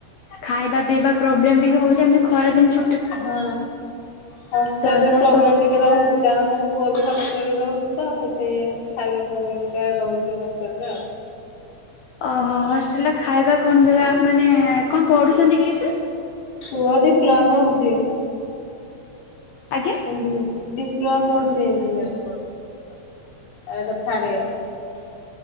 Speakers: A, on the left; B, on the left.
A: ଖାଇବା ପିଇବା ପ୍ରୋବ୍ଲେମ ଟିକେ ହୋଉଚି ଆମେ ଖରାଦିନ ଛୁ
B: ହଁ ହଷ୍ଟେଲରେ
A: ତ ଏଇନା
B: ପ୍ରୋବ୍ଲେମ
A: ସ
B: ଟିକେ ରହୁଚି କାରଣ ମୋ ପୁଅ ବି ହଷ୍ଟେଲରେ ରହୁଚି ତ ସେଠି ଖାଇବା ପ୍ରୋବ୍ଲେମଟା ରହୁଚି ହଷ୍ଟେଲରେ ଆଉ।
A: ଓହୋ ହଷ୍ଟେଲରେ ଖାଇବା କଣ ଦେବା ମାନେ କଣ ପଢୁଚନ୍ତି କି ସେ?
B: ପୁଅ ଡିପ୍ଲୋମା ପଢୁଚି।
A: ଆଜ୍ଞା
B: ଇଞ୍ଜିନିୟରିଙ୍ଗ ଡିପ୍ଲୋମା ପଢୁଚି ଇଞ୍ଜିନିୟରିଙ୍ଗ କରୁଚି। ଆ ଏଟା ଥାଡ ଇଅର।